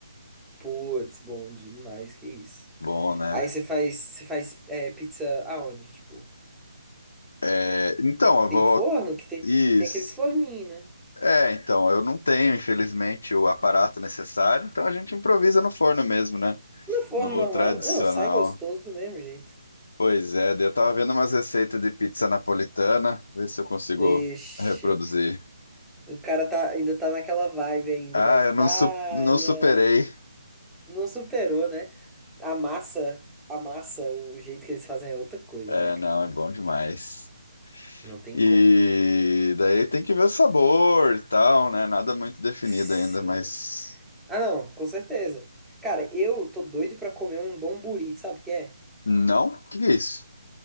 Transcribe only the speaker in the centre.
Putz, bom demais, que isso.
Aí você faz, você faz é, pizza aonde, tipo?
Tem
forno que tem,
tem aqueles forninhos, né?
No forno
normal,
não, sai gostoso do mesmo jeito.
Ixi,
o cara tá, ainda tá naquela vibe ainda
da Itália.
Não superou, né? A massa, a massa, o jeito que eles fazem é outra coisa,
né, cara?
Não tem
como.
Sim.
Ah, não, com certeza. Cara, eu tô doido pra comer um donburi, sabe o que é?